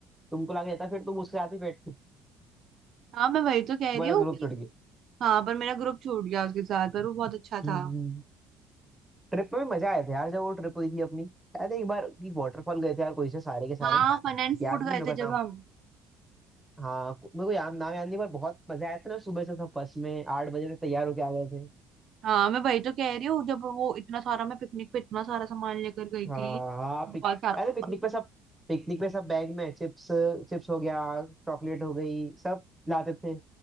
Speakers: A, in the centre; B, on the right (about 45°).
A: तुमको लाके देता फिर तुम उसके साथ ही बैठती
B: हाँ मैं वही तो कह
A: तुम्हारा
B: रही हूँ
A: ग्रुप
B: कि
A: छुट
B: हाँ पर मेरा ग्रुप छूट गया उसके साथ पर वो बहुत अच्छा
A: गया
B: था
A: ट्रिप में मजा आया था यार जब वो ट्रिप हुई थी अपनी याद है एक बार की वाटरफॉल गए थे यार कोई से सारे के सारे
B: हाँ फन एंड
A: याद
B: फूड
A: नहीं
B: गए
A: मेरे
B: थे
A: को
B: जब
A: नाम
B: हम
A: हाँ को- मेरे को याद नाम याद नहीं पर बहुत मजा आया था ना सुबह से सब बस में आठ बजे से तैयार होके आ गए थे
B: हाँ मैं वही तो कह रही हूँ जब वो इतना सारा मैं पिकनिक पे इतना सारा सामान लेकर गई थी
A: हाँ हाँ
B: बहुत
A: पिक
B: सारा
A: याद है पिकनिक
B: और-
A: पे सब पिकनिक पे सब बैग में चिप्स चिप्स हो गया चॉकलेट हो गई सब लाते थे